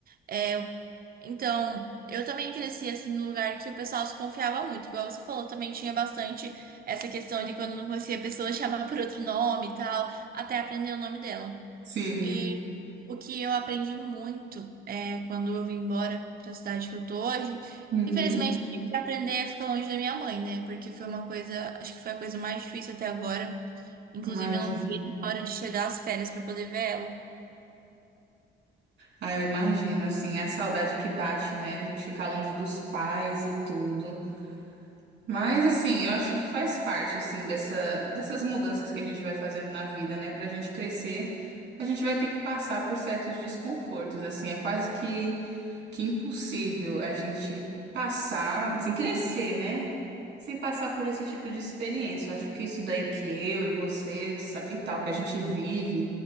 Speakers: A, on the right; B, on the right.
A: É, então, eu também cresci assim num lugar que o pessoal se confiava muito. Igual você falou, também tinha bastante essa questão de quando não conhecia a pessoa <laughs> chamar por outro nome e tal, até aprender o nome dela.
B: Sim.
A: E o que eu aprendi muito é quando eu vim embora para a cidade que eu tô hoje.
B: Uhum.
A: Infelizmente, eu tive que aprender a ficar longe da minha mãe, né? Porque foi uma coisa, acho que foi a coisa mais difícil até agora. Inclusive,
B: Imagino.
A: eu não vi a hora de chegar às férias para poder ver ela.
B: Ah, eu imagino, assim, a saudade que bate, né, da gente ficar longe dos pais e tudo. Mas assim, eu acho que faz parte assim dessa, dessas mudanças que a gente vai fazendo na vida, né? Pra gente crescer, a gente vai ter que passar por certos desconfortos, assim, é quase que que impossível a gente passar, assim, crescer, né? Sem passar por esse tipo de experiência. Eu acho que isso daí que eu e você de sa- e tal que a gente vive,